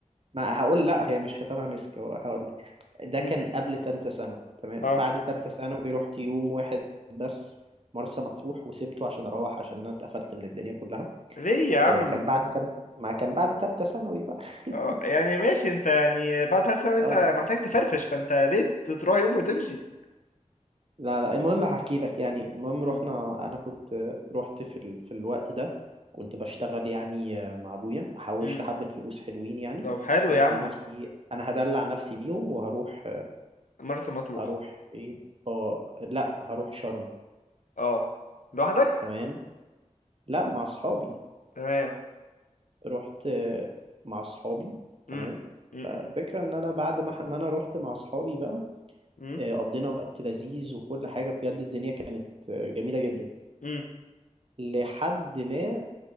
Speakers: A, on the right (about 50°); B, on the left (about 85°).
A: ما هقول لا هي مش ختامها مسك هو هقول لك ده
B: امم
A: كان قبل تالتة ثانوي تمام
B: اه
A: بعد تالتة ثانوي رحت يوم واحد بس مرسى مطروح وسبته عشان أروح عشان أنا اتقفلت من الدنيا كلها
B: ليه يا عم
A: آه، كان بعد تالتة ما كان بعد تالتة ثانوي بقى <laughs>
B: اه يعني ماشي انت يعني بعد ثلاث سنة انت
A: اه
B: محتاج تفرفش فانت ليه تروح يوم وتمشي
A: لا لا المهم هحكي لك يعني المهم
B: امم
A: رحنا انا كنت رحت في ال... في الوقت ده كنت بشتغل يعني مع ابويا فحوشت
B: امم
A: حبة فلوس حلوين يعني
B: طب حلو
A: قلت
B: يا عم
A: لنفسي انا هدلع نفسي بيهم وهروح
B: مرسى مطروح
A: هروح ايه اه لا هروح شرم
B: اه لوحدك
A: تمام لا مع اصحابي
B: تمام
A: رحت مع اصحابي تمام
B: امم امم
A: فالفكرة ان انا بعد ما ما انا رحت مع اصحابي بقى
B: امم
A: آه، قضينا وقت لذيذ وكل حاجة بجد الدنيا كانت آه، جميلة جدا
B: امم
A: لحد ما